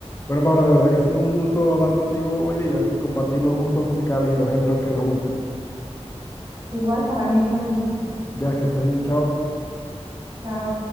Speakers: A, on the left (about 25°); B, on the right (about 40°).
A: Bueno, Paula, de verdad que ha sido un gusto hablar contigo hoy día y compartir los gustos musicales y los géneros que nos gustan.
B: Igual para mí fue un gusto.
A: Ya, que estés bien, chao.
B: Chao.